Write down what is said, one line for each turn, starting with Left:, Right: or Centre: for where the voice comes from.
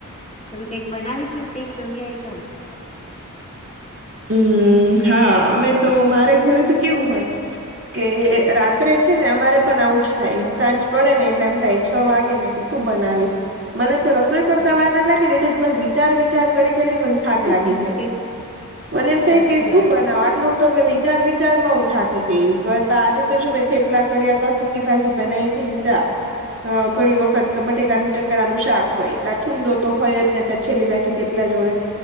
Left: તમે કઈક બનાવી છી ને કઈક નવી આઈટમ
Right: હુ હા અમે તો મારે ઘરે તો કેવું હોય કે
Left: હમ
Right: રાત્રે છે ને તમારે પણ આવું જ થાય સાંજ પડે ને એટલે એમ થાય છ વાગે ને કે શું બનાવીશ મને તો રસોઈ કરતા
Left: હમ હમ.
Right: વાર ના લાગે ને એટલે મને વિચાર વિચાર કરી કરીને મને થાક લાગી
Left: સાચી
Right: જાય મને એમ
Left: સાચી
Right: થાય કે શું
Left: વાત
Right: બનાવ
Left: છે
Right: આટલું તો વિચાર વિચારમા હું થાકી ગઈ આજે તો જો મેં થેપલા કર્યા હતા સુકી ભાજી બનાવી હતી ચા અ ઘણી વખત બટેકા ચકેડા નુ શાક હોય કા છૂંદો તો હોય જ નહી તો છેલ્લી બાકી જોડે